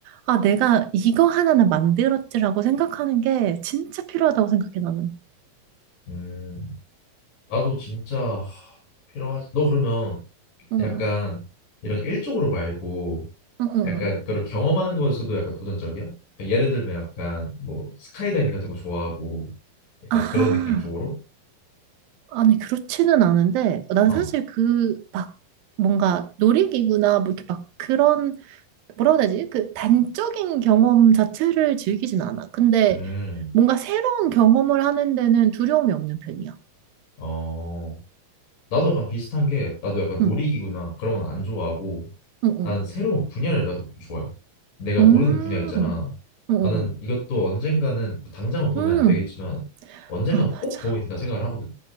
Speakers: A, on the right; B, on the left.
A: 아, 내가 이거 하나는 만들었지라고 생각하는 게 진짜 필요하다고 생각해, 나는.
B: 음, 나도 진짜 하, 필요하지. 너 그러면
A: 응,
B: 약간 이런 일적으로 말고
A: 응, 응.
B: 약간 그런 경험하는 거에서도 약간 도전적이야? 약간 예를 들면 약간 뭐 스카이다이빙 같은 거 좋아하고 약간
A: 아하.
B: 그런 느낌 쪽으로?
A: 아니, 그렇지는 않은데 난
B: 어,
A: 사실 그 막 뭔가 놀이기구나 뭐 이렇게 막 그런 뭐라고 해야 되지? 그 단적인 경험 자체를 즐기진 않아. 근데
B: 음,
A: 뭔가 새로운 경험을 하는 데는 두려움이 없는 편이야.
B: 어, 나도 약간 비슷한 게 나도 약간 놀이기구나
A: 응,
B: 그런 건 안 좋아하고
A: 응, 응.
B: 나는 새로운 분야를 나도 좀 좋아해. 내가
A: 음,
B: 모르는 분야 있잖아.
A: 응, 응,
B: 나는 이것도 언젠가는 당장은 도움이
A: 응.
B: 안 되겠지만
A: 음,
B: 언젠가
A: 아, 맞아.
B: 꼭 도움이 된다 생각을 하거든.